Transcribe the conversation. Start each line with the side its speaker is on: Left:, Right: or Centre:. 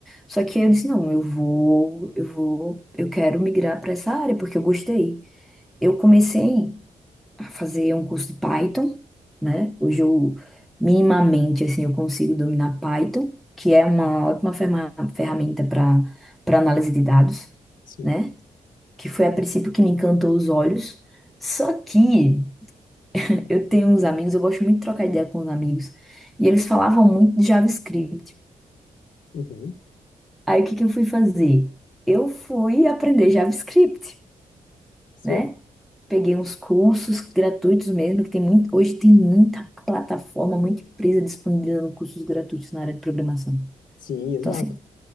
Centre: Só que aí eu disse, não, eu vou, eu vou, eu quero migrar para essa área porque eu gostei. Eu comecei a fazer um curso de Python, né? Hoje eu minimamente assim eu consigo dominar Python, que é uma ótima ferma- ferramenta para para análise de dados
Left: Sim.
Centre: né? que foi a princípio que me encantou os olhos. Só que eu tenho uns amigos, eu gosto muito de trocar ideia com os amigos, e eles falavam muito de JavaScript.
Left: Uhum.
Centre: Aí o que que eu fui fazer? Eu fui aprender JavaScript,
Left: Certo.
Centre: né? Peguei uns cursos gratuitos mesmo, que tem muito, hoje tem muita plataforma, muita empresa disponibilizando cursos gratuitos na área de programação.
Left: Sim, exato.
Centre: Então, assim,